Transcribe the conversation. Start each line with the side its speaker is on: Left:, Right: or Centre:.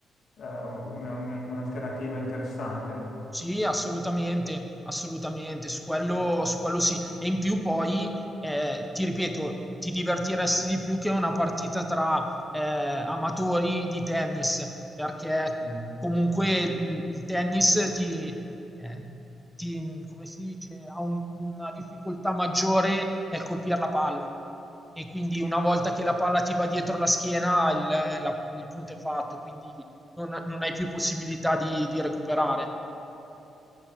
Left: eh, una- un- un'alternativa interessante.
Centre: Sì, assolutamente, assolutamente, su quello,
Left: Ah,
Centre: su quello sì. E in più poi, eh, ti ripeto, ti divertiresti di più che una partita tra eh, amatori di tennis, perché
Left: mm,
Centre: comunque
Left: certo.
Centre: il, il tennis ti, eh, ti- come si dice, ha un- una difficoltà maggiore nel colpire la palla. E quindi una volta che la palla ti va dietro la schiena, il, la- il punto è fatto, quindi non, non hai più possibilità di di recuperare.